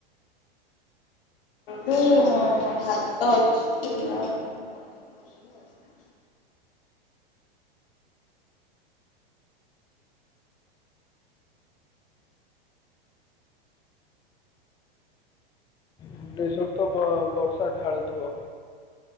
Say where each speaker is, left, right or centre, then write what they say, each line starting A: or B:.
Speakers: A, on the left; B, on the left.
A: ସବୁ ଭାତ ଅଛି ଆଉ କରିବ ଆ।
B: ଭୁବନେଶ୍ୱରରେ ତ ବର୍ଷା ଢାଳୁଥିବ।